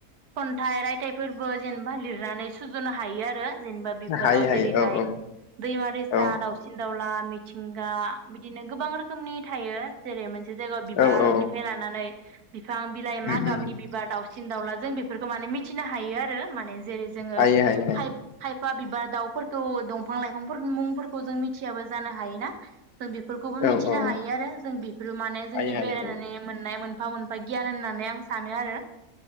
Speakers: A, on the right; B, on the left.
A: खन्थाइ रायथाइफोरबो जेनेबा लिरनानै सुजुनो हायो आरो। जेनेबा बेफोराव
B: हायो हायो
A: जेरैहाय
B: औ
A: दैमा दैसा
B: औ
A: दाउसिन दाउला मिथिंगा बिदिनो गोबां रोखोमनि थायो जेरै मोनसे मोनसे जायगायाव बिबारनिफ्राय
B: औ औ
A: लानानै बिफां बिलाइ मा
B: उम
A: गाबनि
B: उम
A: बिबार दावउसिन सिन दाउला जों बेफोरखौ माने मिथिनो हायो आरो माने जेरै जोङो
B: हायो हायो हायो
A: फाइब फाइब बिफा बिबार दाउफोरखौ दंफां लाइफांफोर मुंफोरखौ जों मिथियाबो जानो हायोना जों बेफोरखौबो मिथिनो
B: औ औ
A: हायो आरो जों बेफोरो माने जोंनि
B: हायो हायो
A: बेरायनानै मोननाय मोन मोनफा मोनफा गियान होननानै आं सानो आरो।